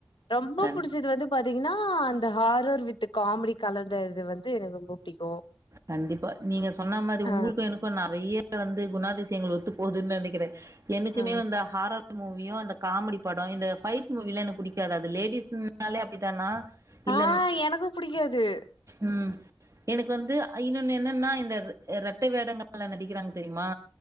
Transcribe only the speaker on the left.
ரொம்ப
பிடிச்சது வந்து பாத் தீங்கன்னா அந்த ஹாரர் வித் காமெடி கலந்த இது வந்து எனக்கு ரொம்ப புடிக்கு
ஆ
ஆ
ஆ எனக்கும் புடிக்கும் அது